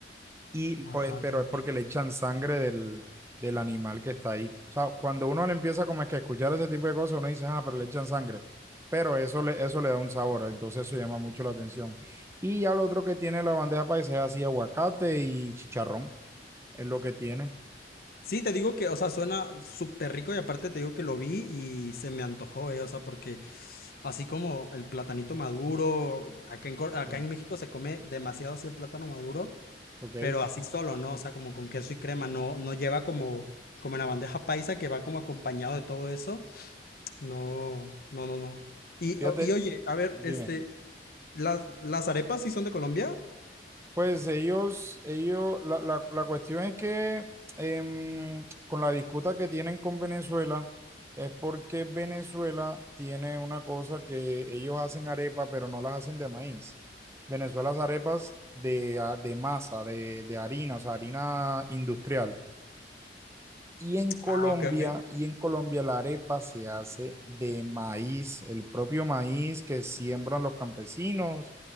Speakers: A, on the right (about 15°); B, on the left (about 55°).
A: y pues,
B: Ah, ok,
A: pero
B: ok.
A: es porque le echan sangre del, del animal que está ahí. O sea, cuando uno le empieza como es que a escuchar ese tipo de cosas, uno dice, ah, pero le echan sangre. Pero eso le, eso le da un sabor, entonces eso llama mucho la atención. Y ya lo otro que tiene la bandeja paisa es así, aguacate y chicharrón, es lo que tiene.
B: Sí, te digo que, o sea, suena súper rico y aparte te digo que lo vi y se me antojó, ¿eh? O sea, porque así como el platanito maduro, acá en, Cor- acá
A: Eh,
B: en México se come demasiado así el plátano maduro.
A: Ok,
B: pero así solo, ¿no? O sea, como con queso y crema, no, no lleva como, como en la bandeja paisa que va como acompañado de todo eso. No, no, no, no. Y,
A: fíjate,
B: o- y oye, a ver,
A: dime.
B: este, ¿las, las arepas sí son de Colombia?
A: Pues ellos, ellos, la, la- la cuestión es que em, con la disputa que tienen con Venezuela, es porque Venezuela tiene una cosa que ellos hacen arepa, pero no las hacen de maíz. Venezuela hace arepas de, a- de masa, de, de harina, o sea, harina industrial. Y en Colombia,
B: Ah, ok, ok.
A: y en Colombia la arepa se hace de maíz, el propio maíz que siembran los campesinos,